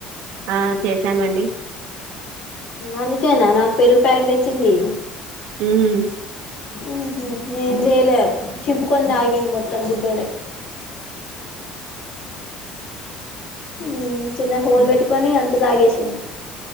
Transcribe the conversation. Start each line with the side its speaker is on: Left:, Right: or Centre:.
Right: ఆ చేసామండి
Left: అందుకేనా నాకు పెరుగు ప్యాకట్ తెచ్చింది
Right: ఉమ్
Left: ఉ హ నే జయలే చింపుకొని తాగ్గిండు మొత్తంబుడ్డోడ ఉమ్ చిన్న హోల్ పెట్టుకొని అంత తాగేసిండు